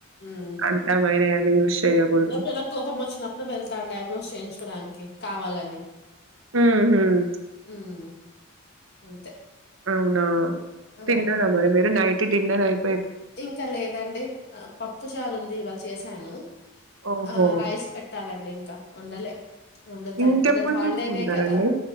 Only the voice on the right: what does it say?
అంతమైనయన్ని యూస్ చేయకూడదు
మ్మ్ హ్మ్
అవునా
తిన్నరా మరి మీరు నైట్ తే డిన్నర్ అయి
ఓహో
ఇంకెప్పుడు
చూసుకుంటారండి